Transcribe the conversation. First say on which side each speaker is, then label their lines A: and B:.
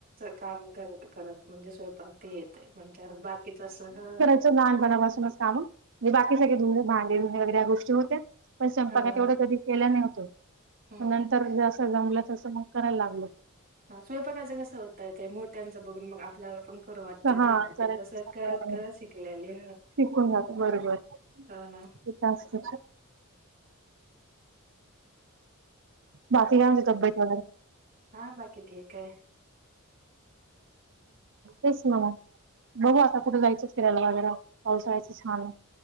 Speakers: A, on the right; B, on the right.
A: काम करत, करत म्हणजे स्वयंपाक ते येते म्हणजे बाकीच स ह
B: लहान पणा पासूनच काम हे बाकी सगळे काम धुन, भाडी वगैरे ह्या गोष्टी होत्या. पण स्वयंपाकात
A: हां हां
B: तेवढं कधी केला नव्हतो
A: हम्म
B: नंतर जसं जमलं तसं मग करायला लागलो.
A: हा स्वयंपाकाचं कसं होतय ते मोठ्यांचं बघून मग आपल्यावर पण खरं वाटतय
B: हा
A: ना मग
B: करायचं
A: ते तसं करत, करत शिकलेले
B: शिकून जातो बरोबर
A: हो ना
B: ते तर असते. बाकी काय म्हनते तब्येत वैगेरे?
A: हा बाकी ठीक आहे.
B: तेच ना मग बघू आता कुठे जायचंच फिरायला वगैरे पाऊसाळ्याचं छान.